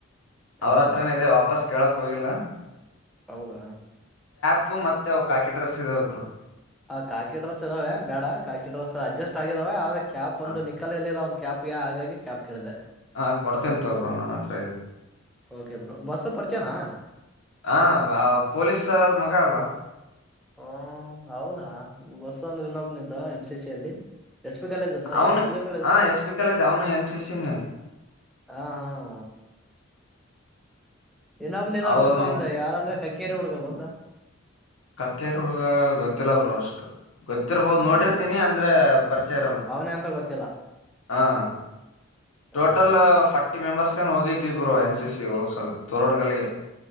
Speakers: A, in the centre; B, on the left (about 80°).
A: ಹೌದಾ
B: ಅವ್ರ ಹತ್ರನ ಇ ವಾಪಸ್ ಕೇಳಕ್ ಹೋಗಿಲ್ಲ
A: ಹೌದಾ
B: ಪ್ಪು ಮತ್ತೆ ಕಾಕಿ ಡ್ರೆಸ್ ಇದಾವೆ ಗುರು
A: ಹ ಕಾಕಿ ಡ್ರೆಸ್ ಇದಾವೆ ಬೇಡ ಕಾಕಿ ಡ್ರೆಸ್ ಅಡ್ಜಸ್ಟ್ ಆಗಿದಾವೆ ಆದ್ರೆ ಕ್ಯಾಪ್
B: ಹಾ
A: ಒಂದು ನಿಕಲ ಇರ್ಲಿಲ್ಲ ಕ್ಯಾಪ್ಗೆ ಹಾಗಾಗಿ ಕ್ಯಾಪ್ ಕೇಳಿದೆ
B: ಹಾ ಕೊಡ್ತೇಂತ ಒಬ್ಬ್ರ ನನ್ನ ಹತ್ರ ಇದೇ
A: ಓಕೆ ಬ್ರೋ ಬಸ್ಸ ಪರಿಚನಾ
B: ಹ ಪೊಲೀಸ್ರ್ ಮಗ ಅಲ್ವಾ
A: ಹ ಅವೌನಾ ಬಸ ಅಂದ್ರೆ ಇನ್ನೊಬ್ನ್ದ ಎನ್ ಸಿ ಸಿ ಅಲ್ಲಿ ಎಸ್ ಪಿ ಕಾಲೇಜ
B: ಅವನು
A: ಎಕ್ಸ್ ಕಾಲೇಜ್
B: ಹಾ
A: ತಾನೇ
B: ಎಸ್ ಪಿ ಕಾಲೇಜ್ ಅವನು ಎನ್ ಸಿ ಸಿನೇ
A: ಹಾ ಹಾ ಇನೊಬ್ ಇದ್ದಾನೆ
B: ಅವನು
A: ಬಸ್ವಾ ಅಂತ ಯಾರ ಅಂದ್ರೆ ಕಕ್ಕೇರಿ ಹುಡ್ಗ ಗೊತ್ತ
B: ಕಕ್ಕೇರ್ ಹುಡ್ಗ ಗೊತ್ತಿಲ್ಲ ಬ್ರೋ ಅಷ್ಟು ಗೊತ್ತಿರ್ಬೋದು ನೋಡಿರ್ತೀನಿ
A: ಹೌದಾ
B: ಅಂದ್ರೆ ಪರಿಚಯ ಇರಲ್ಲ
A: ಅವನೇ ಅಂತ ಗೊತ್ತಿಲ್ಲ
B: ಹ ಟೋಟಲ್
A: ಹೌದಾ
B: ಫಾರರ್ಟಿ ಮೆಂಬರ್ಸ್ ಏನ್ ಹೋಗಿದ್ದಿ ಬ್ರೋ ಎನ್ ಸಿ ಸಿ ಹೋದ್ಸಲ ತೋರಣಗಲ್ಗೆ